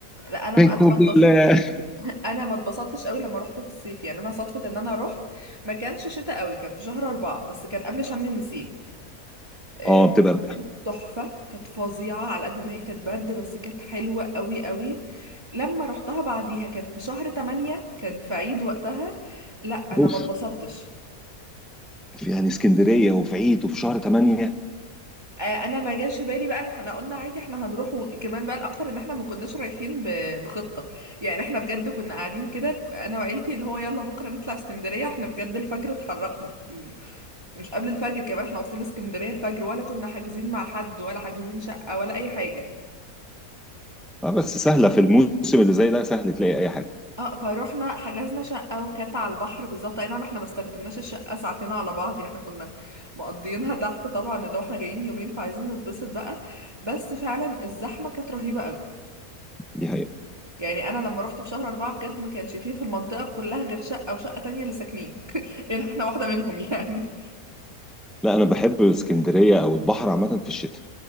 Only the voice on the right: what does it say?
لا انا
انا ما اتبسطت
<laughs> انا ما اتبسطتش قوي لما رحت في الصيف يعني انا صدفه ان انا رحت ما كانش شتاء قوي كان في شهر أربعة بس كان قبل شم النسيم آه،
كانت تحفه كانت فظيعه على قد ما هي كانت برد بس كانت حلوه قوي قوي لما رحتها بعديها كان في شهر تمانية كان في عيد وقتها لا انا
ما اتبسطتش
آه، انا ما جاش في بالي بقى احنا قلنا عادي احنا هنروح وكمان بقى الاكتر ان احنا ما كناش رايحين ب- بخطه يعني احنا بجد كنا قاعدين كده انا وعيلتي اللي هو يلا بكره نطلع اسكندريه احنا بجد الفجر اتحركنا يعني مش قبل الفجر كمان احنا واصلين اسكندريه الفجر ولا كنا حاجزين مع حد ولا حاجزين شقه ولا اي حاجه
اه فروحنا حجزنا شقه وكانت على البحر بالظبط اي نعم احنا ما استخدمناش الشقه ساعتين على بعض يعني احنا كنا مقضيينها تحت طبعا اللي هو احنا جايين يومين فعايزين نتبسط بقى بس فعلا الزحمه كانت رهيبه قوي
يعني انا لما رحت في شهر أربعة بجد ما كانش فيه في المنطقة كلها غير شقة وشقة تانية اللي ساكنين <laughs> يعني احنا واحدة منهم يعني